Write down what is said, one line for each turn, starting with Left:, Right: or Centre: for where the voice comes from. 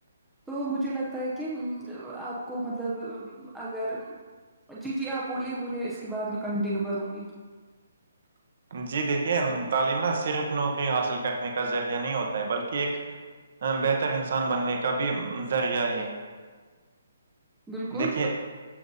Centre: تو مجھے لگتا ہے کہ آپ کو مطلب اگر جی جی آپ بولیے بولیے اسس کے بعد میں کنٹینیو کروں گی
Right: جی دیکھیے تعلیم نہ صرف نوکری حاصل کرنے کا ذریعہ نہیں ہوتا ہے بلکہ ایک بہتر انسان بننے کا بھی ذریعہ ہے
Centre: بالکل
Right: دیکھیے